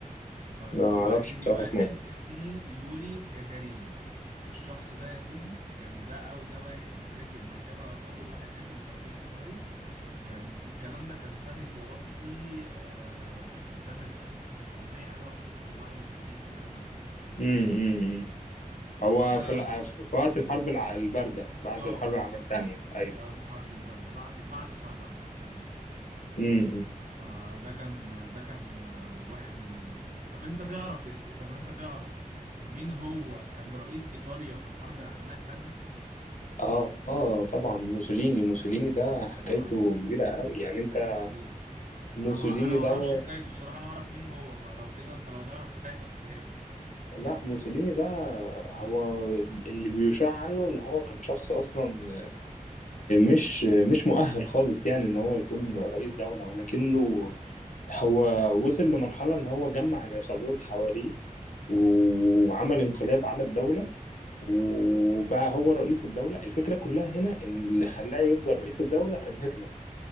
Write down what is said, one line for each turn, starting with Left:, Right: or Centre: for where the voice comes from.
Right: طيب
Left: ما اعرفش
Right: هو يا سيدي
Left: بصراحة
Right: واحد
Left: اسمه ايه
Right: اسمه يوري جاجارين الشخص ده يا سيدي كان ده أو ده واحد ركب مركبة أول واحد ركب مركبة فضائية كان الكلام ده كان سنة يا ربي آه سنة ألف تسعمية حاجة وستين واحد وستين تقريبا أو اتنين وستين مش
Left: امم
Right: متذكر
Left: أمم.
Right: بالظبط
Left: هو
Right: فده
Left: في الع... في وقت الحرب الع... الباردة بعد
Right: اه
Left: الحرب
Right: بالظبط
Left: العالمية التانية ايوه
Right: ده الحرب الباردة بعد بعد الحرب العالمية التانية كمان
Left: امم
Right: فده كان ده كان آه، واحد من ال... طب انت تعرف يا سي... طب انت تعرف مين هو كان رئيس ايطاليا في الحرب العالميه الثانيه
Left: اه اه طبعا موسوليني موسوليني ده
Right: يا سلام
Left: حكايته
Right: عليك
Left: كبيرة قوي يعني
Right: يا
Left: انت
Right: سلام عليك انا
Left: موسوليني
Right: ما... انا ما اعرفش
Left: دوت
Right: حكايته الصراحه انا اعرف مين هو فلو كده انت لو تعرف حكايته احكيها لي يعني.
Left: لا موسوليني ده هو اللي بيشاع عنه ان هو كان شخص اصلا مش مش مؤهل خالص يعني ان هو يكون رئيس دولة ولكنه هو وصل لمرحلة ان هو جمع العصابات حواليه وعمل انقلاب على الدولة وبقى هو رئيس الدولة الفكرة كلها هنا ان اللي خلاه يفضل رئيس الدولة كان هتلر